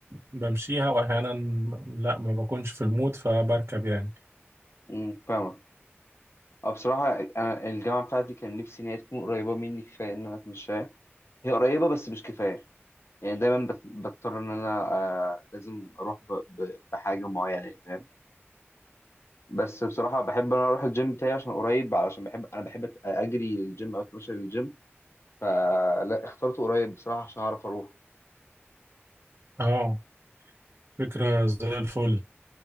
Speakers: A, on the right (about 65°); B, on the left (about 70°).
A: بمشيها واحيانا لا ما بكونش في المود فبركب يعني
B: امم فاهمك اه بصراحة أنا الجامعة بتاعتي كان نفسي إن هي تكون قريبة مني كفاية إن أنا أتمشاها هي قريبة بس مش كفاية يعني دايما بت- بضطر إن أنا آه لازم أروح ب- ب- بحاجة معينة يعني فاهم بس بصراحة بحب إن أنا أروح الجيم بتاعي عشان قريب علشان بحب أنا بحب أت- أجري الجيم أو أتمشى للجيم فلا اخترت قريب بصراحة عشان أعرف أروح
A: اه فكرة زي الفل